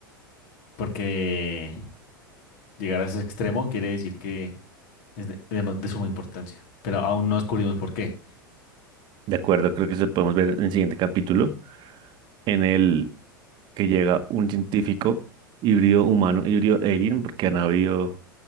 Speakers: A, on the left (about 55°); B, on the right (about 40°).
A: porque llegar a ese extremo quiere decir que es de, de ma- de suma importancia, pero aún no descubrimos por qué.
B: De acuerdo, creo que eso podemos ver en el siguiente capítulo, en el que llega un científico híbrido humano, híbrido alien, porque han habido